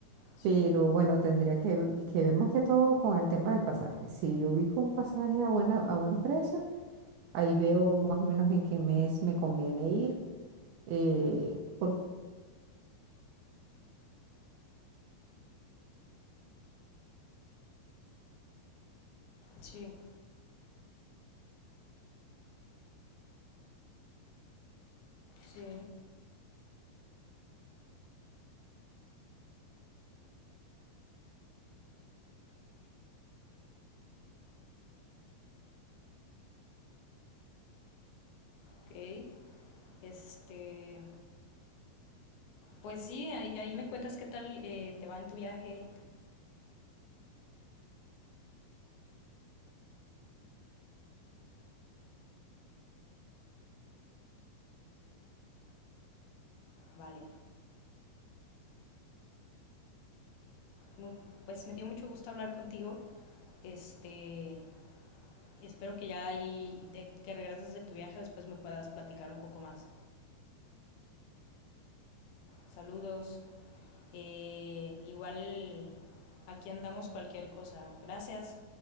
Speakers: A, on the left; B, on the right.
A: Sí.
B: pero bueno, tendría que, que ver más que todo con el tema del pasaje. Si ubico un pasaje a buena, a buen precio, ahí veo más o menos en qué mes me conviene ir eh, porque
A: Sí. Sí. Ok. Este. Pues sí, ahí, ahí me cuentas qué tal eh, te va en tu viaje. Vale. Mu- Pues me dio mucho gusto hablar contigo. Este. Espero que ya ahí, de que regreses de tu viaje, después me puedas platicar un poco más. Saludos. Eh, igual aquí andamos cualquier cosa. Gracias.